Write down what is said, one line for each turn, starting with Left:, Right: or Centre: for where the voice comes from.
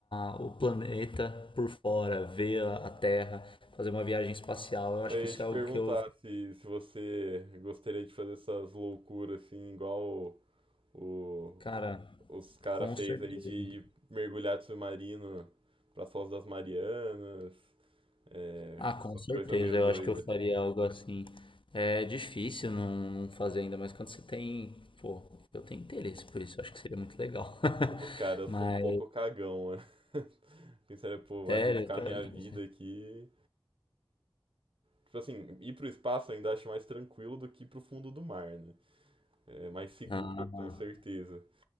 Left: a- o planeta por fora, ver a, a Terra, fazer uma viagem espacial. Eu
Right: Eu
Left: acho que
Right: ia
Left: isso
Right: te
Left: é algo
Right: perguntar
Left: que eu,
Right: se, se você gostaria de fazer essas loucuras assim, igual o,
Left: cara,
Right: o- os cara
Left: com
Right: fez
Left: certeza.
Right: aí de ir mergulhar de submarino pra Foz das Marianas, é,
Left: Ah, com
Right: essas
Left: certeza,
Right: coisas meio
Left: eu
Right: doidas.
Left: acho que eu faria algo assim. É difícil não, não fazer ainda, mas quando você tem, pô, eu tenho interesse por isso, eu acho que seria muito legal.
Right: Pô,
Left: <laughs>
Right: cara, eu
Left: Mas,
Right: sou um pouco cagão, né? <laughs> Pensaria, pô, vou
Left: sério,
Right: arriscar
Left: eu-
Right: minha vida aqui. Tipo assim, ir pro espaço ainda acho mais tranquilo do que ir pro fundo do mar, né? É mais seguro,
Left: ah,
Right: com certeza.